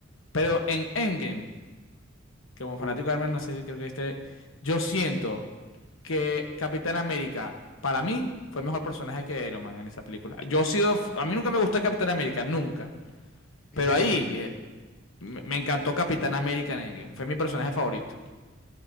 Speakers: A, on the left; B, on the left.
A: pero en Endgame, como fanático
B: uh,
A: de Iron Man, no sé si creo que este, yo siento que Capitán América, para mí, fue mejor personaje que Iron Man en esa película. Yo he sido, f- a mí nunca me gustó Capitán América, nunca,
B: en
A: pero
B: Endgame.
A: ahí eh, me me encantó Capitán América en Endgame, fue mi personaje favorito.